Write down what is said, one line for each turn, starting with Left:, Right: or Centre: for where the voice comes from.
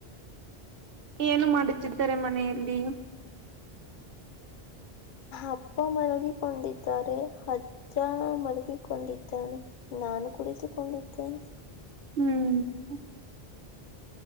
Right: ಏನು ಮಾಡುತ್ತಿದ್ದಾರೆ ಮನೆಯಲ್ಲಿ
Left: ಅಪ್ಪಾ ಮಲಗಿಕೊಂಡಿದ್ದಾರೆ ಅಜ್ಜ ಮಲಗಿಕೊಂಡಿದ್ದಾನೆ. ನಾನು ಕುಳಿತುಕೊಂಡಿದ್ದೇನೆ.
Right: ಹ್ಮ್